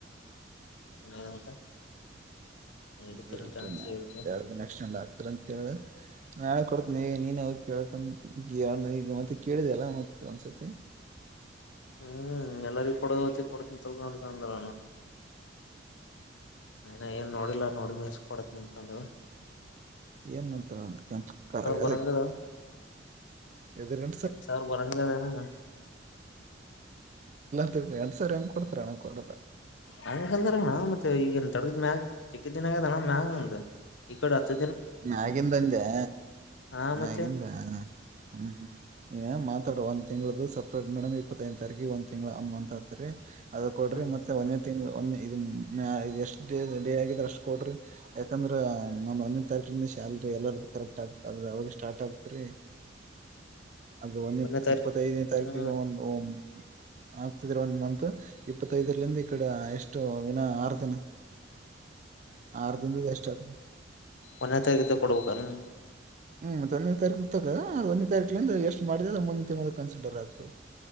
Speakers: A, on the left; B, on the right.
A: <unintelligible> <unintelligible> <unintelligible>
B: ಬಿ ಕಾನ
A: ಅಂತ ಹೇಳಿದೆ
B: ಎರಡ್ ದಿನ ನೆಕ್ಟ್ ಹತ್ತು ರಂತೆ ಹೇಳು ನಾ ಕೊಡ್ತೀನಿ ಈ ನೀನ್ ಹೋಗ್ ಕೇಳಕಂದ ಈಗ ಈಗ ಮತ್ತೆ ಕೇಳಿದೆ ಅಲ್ಲ ಮತ್ತೆ ಒಂದ್ಸತಿ.
A: ಹ್ಮ್ ಎಲ್ಲಾರ <unintelligible> ಕೊಡ್ತಿನಿ ತಗೋ <unintelligible> ಅಂದಣ. ಇನ್ನ ಏನ್ ನೋಡಿಲ್ಲ ನೋಡಿದ ಮೇಲ್ <unintelligible> ಈಸ್ಕೊಡ್ತೀನಿ ಅಂತ ಅಂದಳ.
B: ಏನ್ ನೋಡ್ತಾಳಂತ್ ಕೆಂಪ ಕರಗ <unintelligible> <unintelligible>
A: ಬರಂಗದ
B: ಎಲ್ಲ
A: ಎಂಟ ಸಾವಿರ ಬರಂಗದಣ
B: ತೆಗೆದಿ ಎಂಟ್ ಸಾವಿರ ಹೆಂಗ್ ಕೊಡ್ತರಣ್ಣ ಕೊಡಲ್
A: ಹಂಗಂದ್ರಣ್ಣ ಮತ್ತೆ ಈಗನ್ ತಡಗ ಮ್ಯಾಗ ಜಗ್ಗಿದ್ದಿನ ಆಗಣ್ಣ ಮ್ಯಾಗ ಅ ಈ ಕಡೆ ಹತ್ತ
B: ಮ್ಯಾಗಿಂದ ಅಂದ್ಯಾ.
A: ಹಾ
B: ಮ್ಯಾಗಿಂದ
A: ಮತ್ತೆ
B: ಹ್ಮ್ ಹ್ಮ್ <unintelligible> ಮಾತಾಡ ಒಂದ್ ತಿಂಗಳ ದಿವ್ಸ ಮೇಡಮ್ ಇಪ್ಪತ್ತೈದ್ ತಾರೀಕ ಒಂದ ತಿಂಗಳ ಒಂದ್ ಮಂತ್ ಆತ್ರಿ ಅದ ಕೊಡ್ರ
A: ಹ್ಮ್
B: ಮತ್ತ ಒಂದೇ ತಿಂಗ್ಳ ಒಂದ <unintelligible> <unintelligible> ಎಷ್ಟು ಡೇ ಆಗಿದ್ರ ಅಷ್ಟು ಕೊಡ್ರಿ ಯಾಕಂದ್ರೆ <unintelligible> ತಡ್ರಿ ಇನ್ನೂ ಸ್ಯಾಲರಿ ಎಲ್ಲಾರ್ದು ಕರೆಕ್ಟ್ ಆಗ್ತ ಅದ ಅವಾಗಲ್ಲೆ ಸ್ಟಾರ್ಟ್ ಆಗ್ತರಿ. ಅದು <unintelligible>
A: ಒಂದನೇ ತಾರೀಕು
B: ಇಪ್ಪತ್ತೈದನೇ ತಾರೀಕಿಗೆ
A: ಹ್ಮ್
B: ಒಂದು <unintelligible> <unintelligible> ಒಂದ್ ಮಂತ್ ಇಪ್ಪತ್ತೈದರಲಿಂದ ಈ ಕಡೆ ಎಷ್ಟು ಹಿನ ಆರು ದಿನ. ಆರು ದಿಂದ್ದ ಎಷ್ಟಆತ
A: ಒನ್ನೆ ತಾರಿಕಿಂದ ಕೊಡ್ಬೇಕಾನ.
B: ಹ್ಮ್ ಮತ್ <unintelligible> ತಾರೀಕ ತಕ ಒಂದೇ ತಾರೀಕಿಂದ ಎಷ್ಟು ಮಾಡಿದಿದೆ ಅದ ಮುಂದೆ ತಿಂಗಳದಾಗ್ ಕನ್ಸಿಡರ್ ಆಗ್ತದೆ.